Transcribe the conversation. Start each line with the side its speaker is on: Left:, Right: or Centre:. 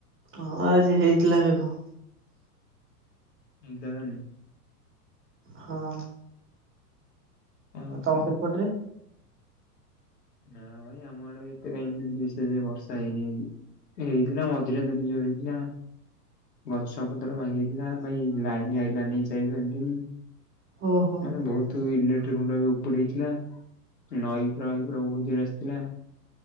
Right: ହଁ ଆଜି ହେଇଥିଲା ମେଘ।
Left: <unintelligible>
Right: ହଁ। ଆଉ
Left: ଓହୋ।
Right: ତମ ସେପଟ ରେ?
Left: ନାଁ ଭାଇ ଆମ ଆଡ଼େ ଏତେ କାଇଁ ବର୍ଷା ହେଇନି ଆଜି। ହେଇଥିଲା ମଝିରେ ଦେଲି ଜୋର ହେଇଥିଲା। ଗଛ ପତ୍ର ଭାଙ୍ଗିଥିଲା ଭାଇ ଲାଇନ ଆଇଲାନି ଯାଇତି।
Right: ଓହୋ
Left: ମାନେ ବହୁତ ଇଲେକ୍ଟିକ ଗୁଣ୍ଡ ବି ଉପୁଡେଇଥିଲା ନଈ ପୁରା ବହୁ ଜୋରେ ଆସିଥିଲା।